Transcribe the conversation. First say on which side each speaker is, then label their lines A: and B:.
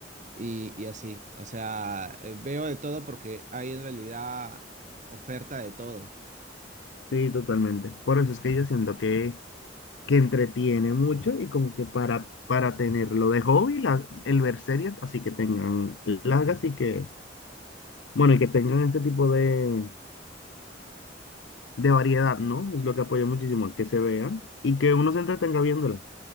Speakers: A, on the right; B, on the left.
A: Y, y así, o sea, eh, veo de todo porque hay en realidad oferta de todo.
B: Sí, totalmente. Por eso es que yo siento que, que entretiene mucho y como que para, para tenerlo de hobby, la- el ver series, así que tengan largas y que, bueno, y que tengan este tipo de, de variedad, ¿no? Es lo que apoya muchísimo, que se vean y que uno se entretenga viéndolas.